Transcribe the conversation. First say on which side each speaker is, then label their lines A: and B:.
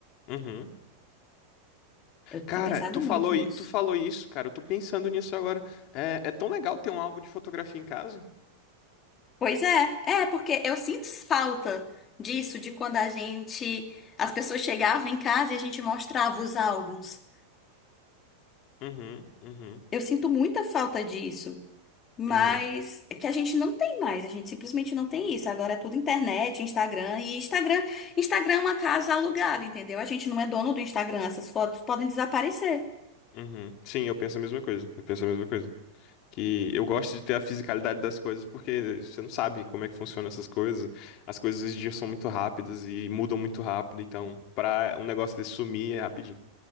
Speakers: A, on the left (about 50°); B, on the left (about 30°).
A: Uhum.
B: Eu
A: Cara,
B: tenho pensado
A: tu falou,
B: muito nisso.
A: i- tu falou isso, cara. Eu tô pensando nisso agora. É, é tão legal ter um álbum de fotografia em casa.
B: Pois é, é porque eu sinto falta disso, de quando a gente, as pessoas chegavam em casa e a gente mostrava os álbuns.
A: Uhum, uhum,
B: Eu sinto muita falta disso. Mas
A: aham,
B: é que a gente não tem mais, a gente simplesmente não tem isso. Agora é tudo internet, Instagram e Instagram. Instagram é uma casa alugada, entendeu? A gente não é dono do Instagram, essas fotos podem desaparecer.
A: uhum. Sim, eu penso a mesma coisa. Eu penso a mesma coisa. Que eu gosto de ter a fisicalidade das coisas, porque você não sabe como é que funcionam essas coisas. As coisas hoje em dia são muito rápidas e mudam muito rápido. Então, pra um negócio desse sumir é rapidinho.